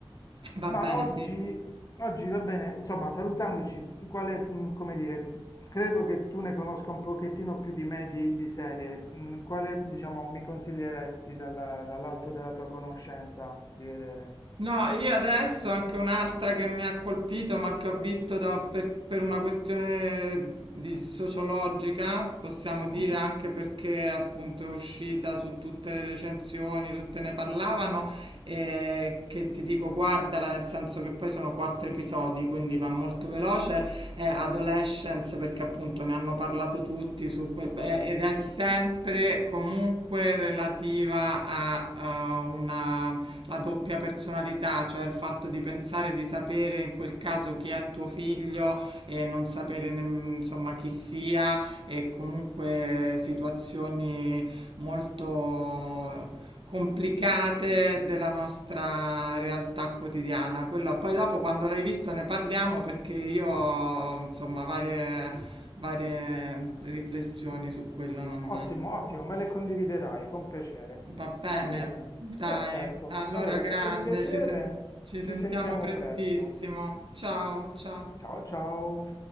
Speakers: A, on the right; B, on the left.
A: Va
B: Ma
A: bene,
B: oggi,
A: sì.
B: oggi va bene, insomma, salutandoci, quale, mh, come dire, credo che tu ne conosca un pochettino più di me di, di serie. Mh, Quale, diciamo, mi consiglieresti dalla- dall'alto della tua conoscenza di vedere?
A: No, io adesso anche un'altra che mi ha colpito, ma che ho visto da- per, per una questione di- sociologica, possiamo
B: Mhm.
A: dire anche perché appunto è uscita su tutte le recensioni, tutte ne parlavano, e che ti dico guardala, nel senso che poi sono quattro episodi, quindi va molto
B: Ok,
A: veloce,
B: ne
A: è Adolescence perché appunto ne hanno parlato tutti su que- beh,
B: parlano
A: ed è
B: tutti.
A: sempre comunque relativa a eh, una la doppia personalità, cioè il fatto di pensare di sapere in quel caso chi è tuo figlio e non sapere nemm- insomma chi sia e comunque situazioni molto complicate della nostra realtà quotidiana. Quello, poi dopo quando l'hai visto ne parliamo perché io ho, insomma varie, varie riflessioni su quello non
B: Ottimo, ottimo, me le condividerai con piacere.
A: Va bene,
B: Va bene,
A: dai,
B: perfetto.
A: allora
B: Allora,
A: grande,
B: è stato un piacere.
A: ci sen- ci
B: Ci
A: sentiamo
B: sentiamo
A: prestissimo.
B: presto.
A: Ciao, ciao.
B: Ciao, ciao.